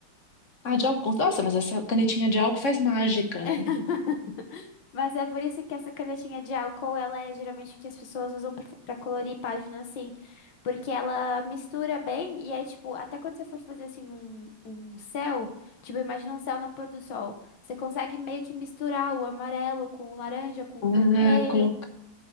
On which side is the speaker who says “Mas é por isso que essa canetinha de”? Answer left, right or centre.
Left